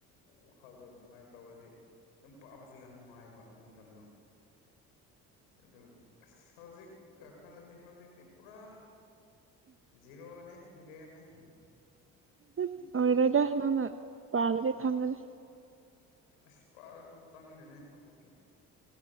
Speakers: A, on the left (about 80°); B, on the right (about 30°).
A: ꯋꯥꯈꯜꯗꯣ ꯑꯗꯨꯃꯥꯏꯅ ꯇꯧꯔꯗꯤ ꯑꯗꯨꯝ ꯄꯥꯕꯁꯨ ꯌꯥꯝ ꯅꯨꯡꯉꯥꯏꯕ ꯑꯗꯨ ꯃꯇꯝꯗꯣ ꯑꯗꯨ ꯁꯖꯤꯛ ꯒꯈꯂꯗꯤ ꯁꯖꯤꯛꯇ ꯄꯨꯥ ꯖꯤꯔꯣꯅꯦ ꯃꯤꯗꯤꯌꯝꯅꯦ
B: ꯎꯝ ꯑꯣꯔꯔ ꯍꯥꯏꯅꯅ ꯄꯥꯔꯔ ꯈꯥꯡꯒꯗꯤ
A: ꯑꯁ ꯄꯥꯔꯁꯨ ꯆꯪꯗꯦꯅꯦ ꯍꯧꯖꯤꯛꯇꯤ